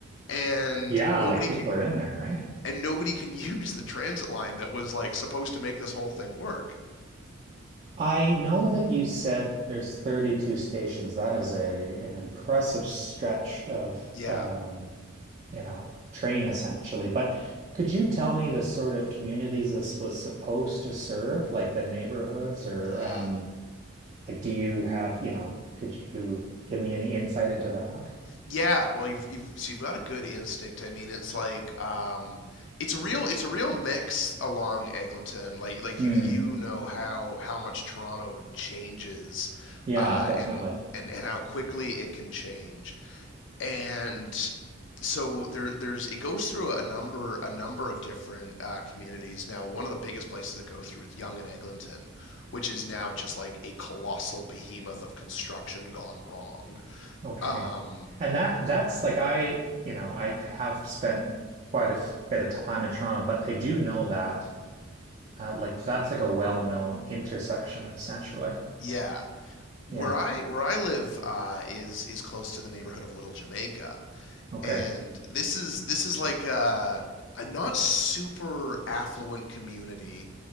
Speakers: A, on the left; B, on the right.
A: and
B: Yeah.
A: nobody
B: Like people
A: c-
B: are in there, right?
A: and nobody can <laughs> use the transit line that was like supposed to make this whole thing work.
B: I know that you said there's 32 stations. That is a an impressive stretch of
A: Yeah.
B: um, you know, train essentially. But could you tell me the sort of communities this was supposed to serve, like the neighborhoods or
A: Mm.
B: um like do you have, you know, could you give me any insight into that?
A: Yeah, well, you've you've so you've got a good instinct. I mean, it's like um, it's a real it's a real mix along Eglinton. Like like
B: Hmm.
A: you you know how how much Toronto changes,
B: Yeah,
A: uh,
B: definitely.
A: and and and how quickly it can change. And so there there's it goes through a number a number of different uh, communities. Now, one of the biggest places it goes through is Young and Eglinton, which is now just like a colossal behemoth of construction gone wrong.
B: Okay.
A: Um,
B: And that that's like I, you know, I have spent quite a f- bit of time in Toronto, but I do know that Uh, like that's like a well-known intersection, essentially.
A: Yeah, where
B: Yeah.
A: I where I live uh, is is close to the neighborhood of Little Jamaica,
B: Okay.
A: and this is this is like a, a not super affluent community,